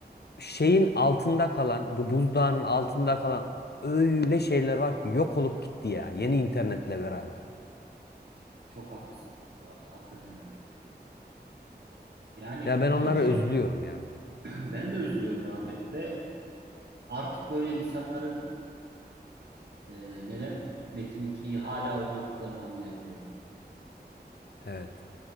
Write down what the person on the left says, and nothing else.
Şeyin altında kalan, bu buzdağının altında kalan öyle şeyler var ki yok olup gitti ya yeni internetle beraber.
Ya ben
onları özlüyorum ya.
Evet.